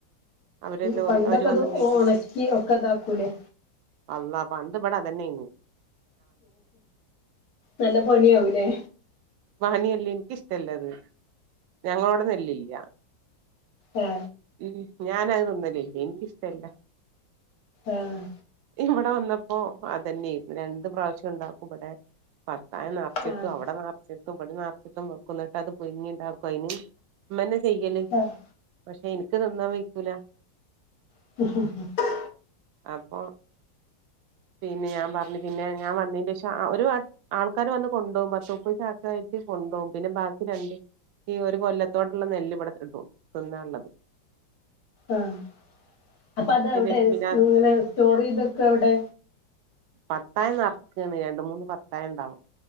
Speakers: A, on the right; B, on the left.
A: അവര് ലോറി
B: പണ്ടൊക്കെ
A: അവര് വന്ന്
B: അത്
A: കയറ്റി
B: ഉണക്കി ഒക്കെ അതാക്കൂല്ലേ.
A: അള്ളാ പണ്ട് ഇവടെ അതന്നെ ആന്നു
B: നല്ല പണിയാവൂലേ.
A: വാനിയല്ലേ എനിക്ക് ഇഷ്ടല്ലത് ഞങ്ങളോടെ നെല്ലില്ല.
B: ഉം
A: ഉം ഞാനത്‌ തിന്നലില്ല എനിക്കിഷ്ടല്ല.
B: ആഹ്
A: ഇവിടെ വന്നപ്പോ അതന്നെയിന്നു രണ്ട് പ്രാവശ്യം ഉണ്ടാക്കും ഇവിടെ. പത്തായം നിറച്ചിട്ടും
B: ആഹ്
A: അവിടെ നിറച്ചിട്ടും ഇവിടി നിറച്ചിട്ടും വെക്കുന്നിട്ട് അത് പുഴങ്ങി ഉണ്ടാക്കും അയിന്. അമ്മന്നെ ചെയ്യല്
B: ആഹ്
A: പക്ഷെ എനിക്ക് തിന്നാൻ വയ്ക്കൂല.
B: <unintelligible>
A: അപ്പൊ പിന്നെ ഞാൻ പറഞ്ഞു പിന്നെ ഞാൻ വന്നതിന്റെ ശേഷം ഒരു വ ആൾക്കാര് വന്ന് കൊണ്ടോകും പത്ത് മുപ്പത് ചാക്ക് ആയിട്ട് കൊണ്ടുപോകും പിന്നെ ബാക്കി രണ്ട് ഈ ഒരു കൊല്ലത്തോടുള്ള നെല്ല് ഇവിടെ കിട്ടും തിന്നാ ഉള്ളത്.
B: ആഹ് അപ്പൊ അത് എവിടെ
A: ശേഷം പിന്നെ
B: ഇങ്ങനെ സ്റ്റോറ്ചെയ്തൊക്കെ എവിടെ
A: പത്തായം നെറക്കാണ് രണ്ട് മൂന്ന് പത്തായം ഉണ്ടാവും